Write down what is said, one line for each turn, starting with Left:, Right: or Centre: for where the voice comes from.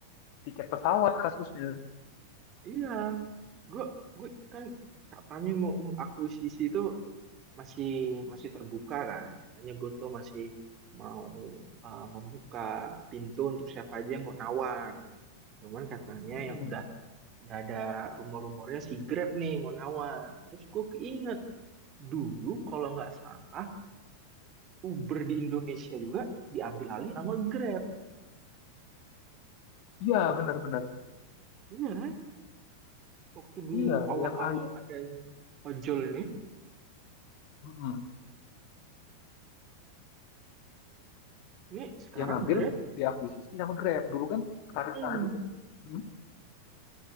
Left: tiket pesawat kasusnya.
Right: Iya, gue gue kan katanya mau mengakuisisi itu masih masih terbuka kan katanya Goto masih mau eh, membuka pintu untuk siapa aja yang mau nawar cuman katanya
Left: Hmm.
Right: yang udah udah ada rumor-rumornya si Grab nih mau nawar terus gue keinget dulu kalau nggak salah Uber di Indonesia juga diambil alih sama Grab
Left: Iya, benar-benar.
Right: Iya kan waktu dulu
Left: Iya,
Right: awal-awal
Left: yang a-
Right: adanya ojol nih
Left: Hmm.
Right: ini sekarang
Left: yang ngambil
Right: Grab
Left: diakuisisi sama Grab. Dulu kan tarik-tarik
Right: hmm.
Left: itu. Hmm?